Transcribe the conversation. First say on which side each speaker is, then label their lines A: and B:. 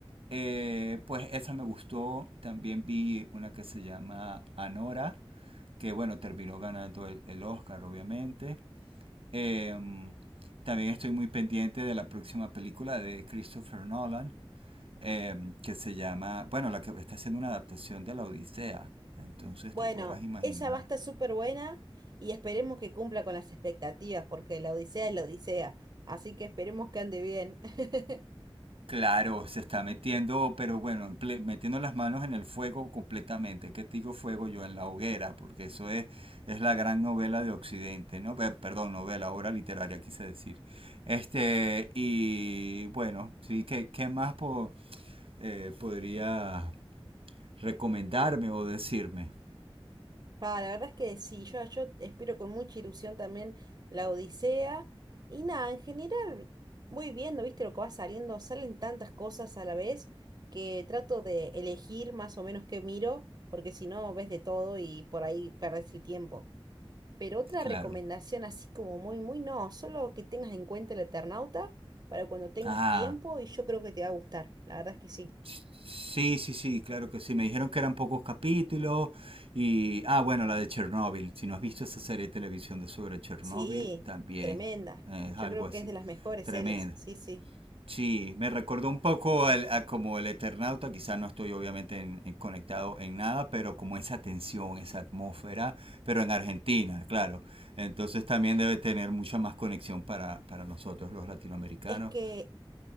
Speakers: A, on the right; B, on the right.
A: Eh, pues esa me gustó. También vi una que se llama Anora, que bueno, terminó ganando el, el Oscar, obviamente. Eh, también estoy muy pendiente de la próxima película de Christopher Nolan, eh, que se llama, bueno, la que está haciendo una adaptación de La Odisea. Entonces
B: Bueno,
A: te podrás imaginar
B: esa va a estar súper buena y esperemos que cumpla con las expectativas, porque la Odisea es la Odisea, así que esperemos que ande bien. <laughs>
A: Claro, se está metiendo, pero bueno, en ple- metiendo las manos en el fuego completamente. ¿Qué te digo fuego yo? En la hoguera, porque eso es, es la gran novela de Occidente, ¿no? Pe- Perdón, novela, obra literaria, quise decir. Este, y bueno, sí, ¿qué, qué más po- eh, podría recomendarme o decirme?
B: Ah, la verdad es que sí, yo, yo espero con mucha ilusión también la Odisea. Y nada, en general voy viendo, viste lo que va saliendo, salen tantas cosas a la vez que trato de elegir más o menos qué miro, porque si no ves de todo y por ahí perdés el tiempo. Pero otra
A: Claro.
B: recomendación así como muy, muy no, solo que tengas en cuenta el Eternauta para cuando tengas
A: Ah.
B: tiempo y yo creo que te va a gustar, la verdad es que sí.
A: Sí, sí, sí, claro que sí. Me dijeron que eran pocos capítulos y... Ah, bueno, la de Chernobyl. Si no has visto esa serie de televisión de sobre Chernobyl,
B: Sí,
A: también
B: tremenda.
A: eh, es
B: Yo
A: algo
B: creo
A: así.
B: que es de las mejores
A: Tremendo.
B: series, sí, sí.
A: Sí, me recordó un poco al- a como el Eternauta. Quizás no estoy obviamente en- en conectado en nada, pero como esa tensión, esa atmósfera, pero en Argentina, claro. Entonces también debe tener mucha más conexión para, para nosotros los latinoamericanos.
B: Es que